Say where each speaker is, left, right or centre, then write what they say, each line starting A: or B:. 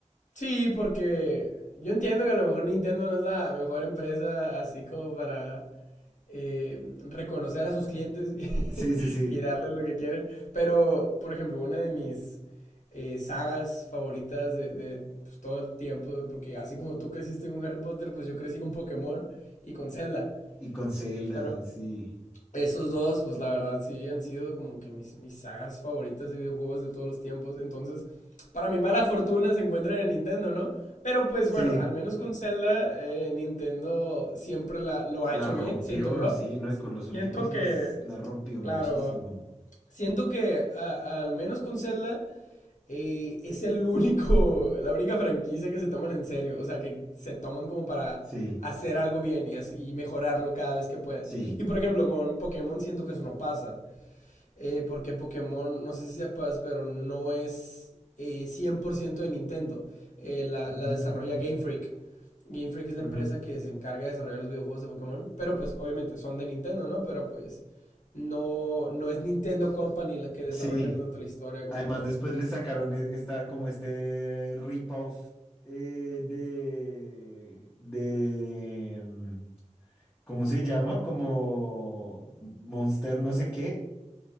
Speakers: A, on the left; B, on the left.
A: sí, porque yo entiendo que a lo mejor Nintendo no es la mejor empresa así como para em, reconocer a sus clientes <laughs>
B: Sí, sí, sí.
A: y darles lo que quieren. Pero, por ejemplo, una de mis eh, sagas favoritas de, de, pues, todo el tiempo, porque así como tú creciste con Harry Potter, pues yo crecí con Pokémon y con Zelda.
B: Y con Zelda,
A: Fueron
B: sí.
A: esos dos, pues la verdad sí han sido como que mis, mis sagas favoritas de videojuegos de todos los tiempos. Entonces, para mi mala fortuna se encuentran en Nintendo, ¿no? Pero pues
B: Sí,
A: bueno, al menos con Zelda, eh, Nintendo siempre la- lo
B: la
A: ha hecho
B: rompió,
A: bien, siento yo.
B: sí, ¿no?
A: Sí,
B: Y con los
A: siento
B: últimos
A: que,
B: dos la rompió
A: claro,
B: muchísimo.
A: siento que a- al menos con Zelda eh, es el único, la única franquicia que se toman en serio, o sea, que se toman como para
B: Sí,
A: hacer algo bien y, así- y mejorarlo cada vez que pueden.
B: sí.
A: Y por ejemplo, con Pokémon siento que eso no pasa, eh, porque Pokémon, no sé si sepas, pero no es eh, 100% de Nintendo, Eh, la,
B: Mm,
A: la desarrolla Game Freak. Game Freak es la
B: ujú.
A: empresa que se encarga de desarrollar los videojuegos de Pokémon, pero pues obviamente son de Nintendo, ¿no? Pero pues no, no es Nintendo Company la que desarrollan
B: Sí.
A: tanto la historia como
B: Además,
A: todo.
B: después le sacaron e- esta, como este rip-off eh, de, de, mm, ¿cómo se llama? Como Monster no sé qué.